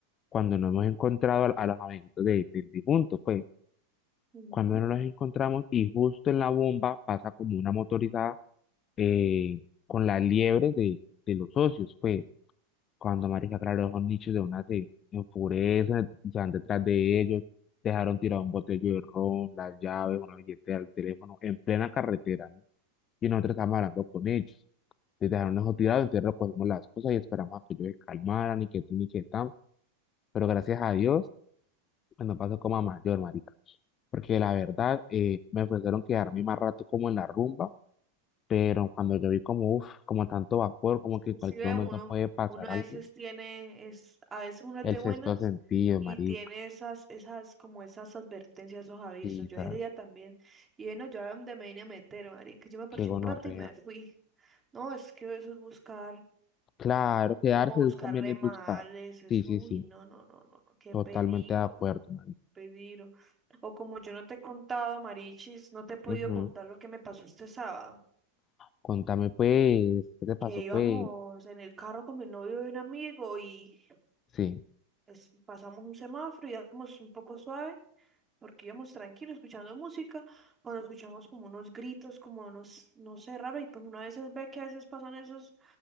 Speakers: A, on the left (about 30°); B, on the right (about 20°).
A: cuando no hemos encontrado a, a los amiguitos de- del difunto, pues
B: ujú.
A: cuando no los encontramos y justo en la bomba pasa como una motorizada eh, con la liebre de, de los socios, pues. Cuando, marica, claro, esos nichos de una se enfurecen, se van detrás de ellos, dejaron tirado un botello de ron, las llaves, una billetera, el teléfono, en plena carretera, ¿no? Y nosotros estábamos hablando con ellos. Les dejaron eso tirado, entonces recogimos las cosas y esperamos a que ellos se calmaran y que tin y que tan. Pero gracias a Dios, pues, no pasó como a mayor, marica. Porque la verdad, eh, me ofrecieron quedarme más rato como en la rumba, pero cuando yo vi como, uff, como tanto vapor, como
B: Inclusive
A: que en cualquier momento
B: uno,
A: puede pasar
B: uno a
A: algo,
B: veces tiene, es, a veces uno es
A: el
B: de
A: sexto
B: buenas
A: sentido,
B: y
A: marica.
B: tiene esas, esas, como esas advertencias, esos avisos.
A: Sí,
B: Yo
A: tas,
B: ese día también, y bueno, yo a donde me vine a meter, marica, yo me parché
A: qué gonorrea.
B: un rato y me fui. No, es que eso es buscar,
A: Claro, quedarse
B: como buscar
A: también
B: remales,
A: es buscar.
B: eso,
A: Sí, sí,
B: uy,
A: sí,
B: no, no, no, no, no, qué
A: totalmente
B: peligro,
A: de acuerdo, marica.
B: peligro. O como yo no te he contado, Marichis, no te he podido
A: Ujú.
B: contar lo que me pasó este sábado,
A: Contame, pues, ¿qué te pasó,
B: que íbamos
A: pues?
B: en el carro con mi novio y un amigo y...
A: Sí,
B: es- pasamos un semáforo y íbamos un poco suave, porque íbamos tranquilos escuchando música, cuando escuchamos como unos gritos, como unos, no sé, raro, y pues uno a veces ve que a veces pasan esos